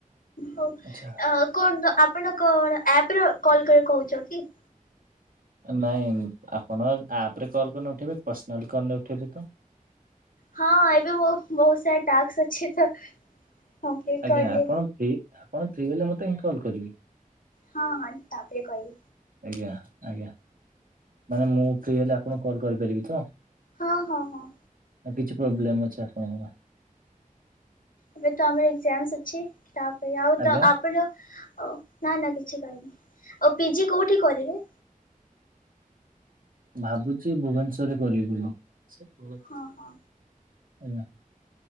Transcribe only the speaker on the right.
ଆଚ୍ଛା।
ନାଇଁ ଆପଣ ଆପ୍ ରେ କଲ୍ କରିନେ ଉଠାଇବେ ପର୍ସନାଲ୍ କନେ ଉଠାଇବେ ତ?
ଆଜ୍ଞା
ଆପଣ ଫ୍ରି ଆପଣ ଫ୍ରି ହେଲେ ମୋତେ ହିଁ କଲ୍ କରିବେ।
ଆଜ୍ଞା, ଆଜ୍ଞା ମାନେ ମୁଁ ଫ୍ରି ହେଲେ ଆପଣଙ୍କୁ କଲ୍ କରିପାରିବି ତ?
ଆଉ କିଛି ପ୍ରୋବ୍ଲେମ୍ ଅଛି ଆପଣଙ୍କର?
ଆଜ୍ଞା
ଭାବୁଛି ଭୁବନେଶ୍ଵରରେ କରିବି ବୋଲି।
ଆଜ୍ଞା।